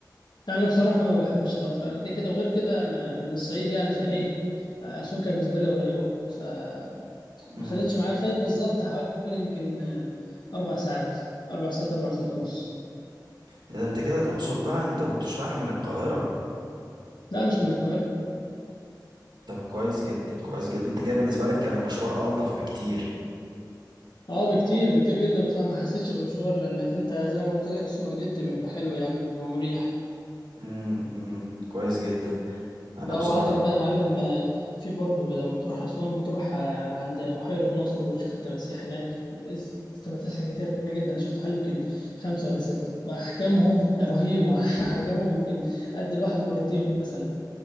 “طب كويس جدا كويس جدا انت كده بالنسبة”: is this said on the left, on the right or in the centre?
Right